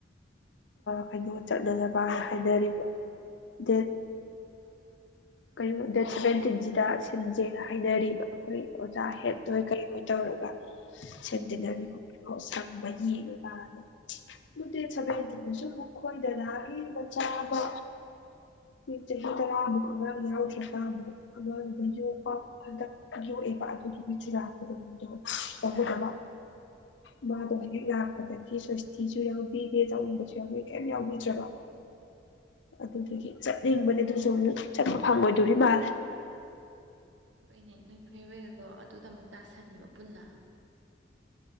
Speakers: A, on the left (about 75°); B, on the right (about 85°).
A: ꯀꯩꯅꯣ ꯆꯠꯅꯅꯕꯅ ꯍꯥꯏꯅꯔꯤꯕ ꯗꯦꯠ ꯀꯩꯅꯣ ꯗꯦꯠ ꯁꯚꯦꯟꯇꯤꯟꯁꯤꯗ ꯁꯤꯟꯁꯦꯅ ꯍꯥꯏꯅꯔꯤꯕ ꯑꯩꯈꯣꯏ ꯑꯣꯖꯥ
B: ꯎꯝ
A: ꯍꯦꯠ ꯅꯣꯏ ꯀꯩꯣꯏ ꯇꯧꯔꯒ ꯁꯦꯠꯗꯤꯅꯔꯤ
B: ꯎꯝ
A: ꯑꯣꯁꯪꯕ ꯌꯦꯡꯉ ꯀꯥꯗ ꯑꯗꯨ ꯗꯦꯠ ꯁꯚꯦꯟꯇꯤꯟꯗꯁꯨ ꯃꯈꯣꯏ ꯗꯗꯥꯒꯤ ꯃꯆꯥ ꯑꯃ ꯆꯍꯤ ꯇꯔꯥꯃꯨꯛ ꯑꯉꯥꯡ ꯌꯥꯎꯗ꯭ꯔꯒꯃꯨꯛ ꯑꯒ ꯌꯣꯛꯄ ꯍꯟꯗꯛ ꯌꯣꯛꯑꯦꯕ ꯑꯗꯨꯗꯨꯒꯤ ꯆꯨꯔꯥꯄꯨꯔꯣꯟꯗꯣ ꯇꯧꯍꯗꯕ ꯃꯥ ꯑꯗꯨ ꯏ ꯂ ꯂꯥꯛꯄꯗ ꯁ꯭ꯋꯥꯁ ꯆꯊꯤꯁꯨ ꯌꯥꯎꯕꯤꯗꯦ ꯇꯥꯅꯤꯡꯕꯁꯨ ꯌꯥꯎ ꯀꯩꯝ ꯌꯥꯎꯕꯤꯗ꯭ꯔꯕ ꯑꯗꯨ ꯊꯦ ꯆꯠꯅꯤꯡꯕꯗꯤ ꯑꯗꯨ ꯁꯨꯝ ꯆꯠꯄ ꯐꯪꯉꯣꯏꯗꯣꯔꯤ ꯃꯥꯜꯂꯦ
B: ꯍꯣꯏꯅꯦ ꯅꯣꯏ ꯐꯦꯔꯋꯦꯜꯗꯣ ꯑꯗꯨꯗ ꯑꯃꯨꯛ ꯇꯥꯁꯜꯂꯤꯕ ꯄꯨꯟꯅ